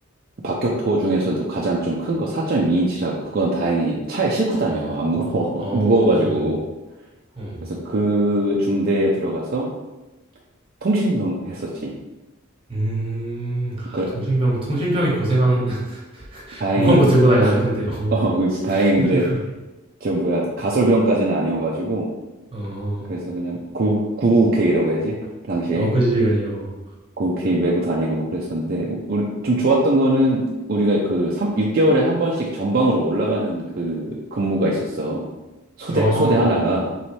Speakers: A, on the right (about 45°); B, on the right (about 25°).
A: 박격포 중에서도 가장 좀 큰 거 4.2인치라고 그건 다행히 차에 싣고
B: 어,
A: 다녀. 안 무거워. <laughs>
B: 어,
A: 무거워가지고.
B: 어, 어.
A: 그래서 그 중대에 들어가서 통신병 했었지.
B: 음. 아
A: 그래,
B: 통신병 통신병이 고생하는 <laughs>
A: 다행히,
B: 무거운 거 들고 다니잖아 근데. 어.
A: <laughs> 어, 그렇지. 다행히 근데
B: 통신
A: 저 뭐야 가설병까지는 아니어가지고.
B: 어.
A: 그래서 그냥 구, 9 9 k 라고 해야지. 그 당시에.
B: 어 그지, 그지. 어.
A: 렇게 메고 다니고 뭐 그랬었는데 우리- 좀 좋았던 거는 우리가 그삼 6개월에 한 번씩 전방으로 올라가는 그 근무가 있었어. 소대
B: 어어.
A: 소대 하나가